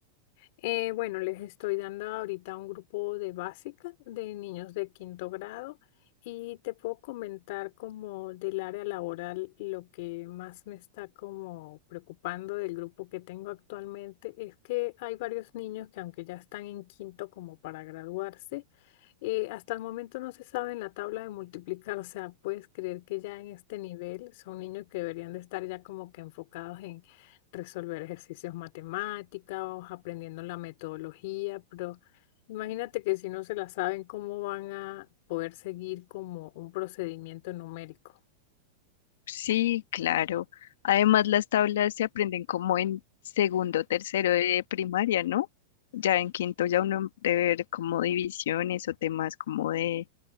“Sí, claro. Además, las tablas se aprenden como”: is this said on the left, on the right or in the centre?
Left